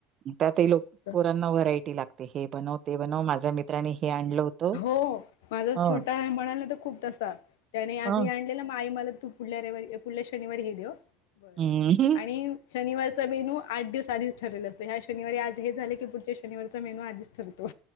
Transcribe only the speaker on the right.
त्यांतही
लोकं पोरांना व्हेरायटी लागते हे बनवलं ते बनवं माझ्या मित्रानी हे आणलं होतं
हं
हं
हं